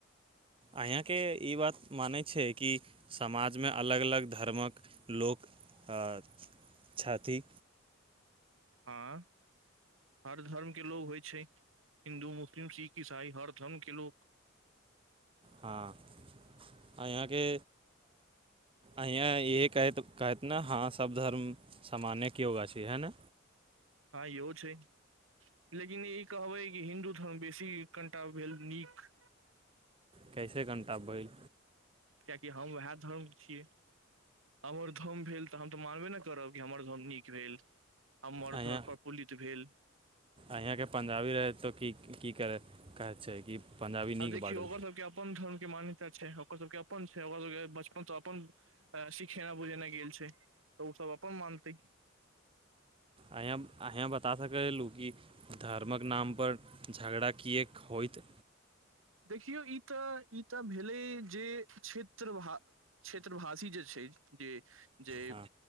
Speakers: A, on the right; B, on the right.
A: अंया के ई बात मानै छै कि समाजमे अलग अलग धर्मक लोक अ छथि
B: हँ हर धर्मके लोक होइ छै हिन्दू मुस्लिम सिख ईसाई हर धर्मके लोक
A: हँ अंया के अंया इह कहैत कहत ने हँ सभ धर्म समाने एगो अछि हए ने
B: हँ इहो छै लेकिन ई कहबै कि हिन्दू धर्म बेसी कनिटा भेल नीक
A: कैसे कनिटा भैल
B: कियाकि हम उएह धर्म छियै हमर धर्म भेल तऽ हम तऽ मानबे न करब कि हमर धर्म नीक भेल हमर
A: अंया
B: धर्म प्रफुल्लित भेल
A: अंया के पंजाबी रहै त की की कर कहै छै कि पंजाबी
B: आब
A: नीक
B: देखियौ
A: बाडू
B: ओकर सबके अपन धर्म के मान- त छै ओकर सबके अपन छै ओकर सभके बचपनसँ अपन सिखेनाइ बुझेनाय गेल छै तऽ ओसभ अपन मानतै
A: अंय अंहीं बता सकलू कि धर्मक नाम पर झगड़ा कियाक होइत
B: देखियौ ई तऽ ई तऽ भेलै जे क्षेत्र भा क्षेत्रभाषी जे छै जे जे
A: हँ